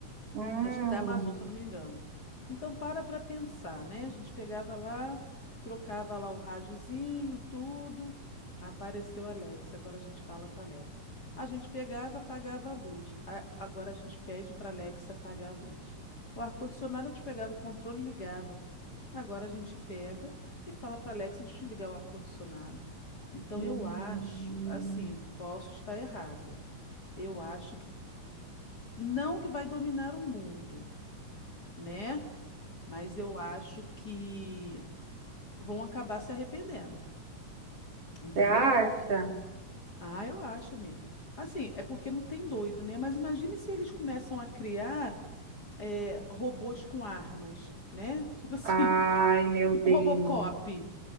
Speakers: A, on the right; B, on the left.
A: Hum,
B: Acho que da Amazon, se eu não me engano. Então para para pensar, né? A gente pegava lá, trocava lá o rádiozinho, tudo. Apareceu a Alexa, agora a gente fala com a Alexa. A gente pegava, apagava a luz. A- agora a gente pede para a Alexa apagar a luz. O ar-condicionado a gente pegava o controle e ligava. Agora a gente pega e fala para Alexa desligar o ar-condicionado. Então
A: hum,
B: eu acho,
A: hum.
B: assim, posso estar errada. Eu acho que não que vai dominar o mundo, né? Mas eu acho que vão acabar se arrependendo, entendeu?
A: Você acha?
B: Ah, eu acho, amiga. Assim, é porque não tem doido, né? Mas imagine se eles começam a criar é, robôs com armas, né? Tipo assim,
A: Ai,
B: <laughs>
A: meu
B: tipo
A: Deus.
B: Robocop.